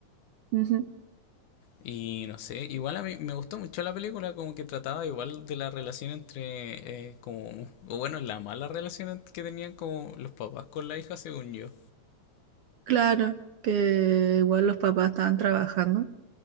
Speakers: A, on the right; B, on the left.
A: Ujú.
B: Y no sé, igual a mí me gustó mucho la película, como que trataba igual de la relación entre, eh, como, o bueno, la mala relación en- que tenían como los papás con la hija, según yo.
A: Claro, que igual los papás estaban trabajando,